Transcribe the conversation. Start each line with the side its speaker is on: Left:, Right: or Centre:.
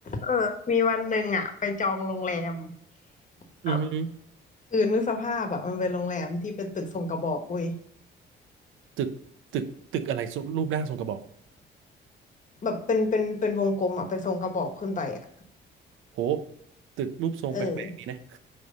Left: เออมีวันหนึ่งอ่ะไปจองโรงแรม
Right: อือหือ
Left: แบบคือนึกสภาพแบบมันเป็นโรงแรมที่เป็นตึกทรงกระบอกเว้ย
Right: ตึกตึกตึกอะไรทรงรูปร่างทรงกระบอก
Left: แบบเป็นเป็นเป็นวงกลมอ่ะเป็นทรงกระบอกขึ้นไปอ่ะ
Right: โหตึกรูปทรงแปลกๆดีนะ
Left: เออ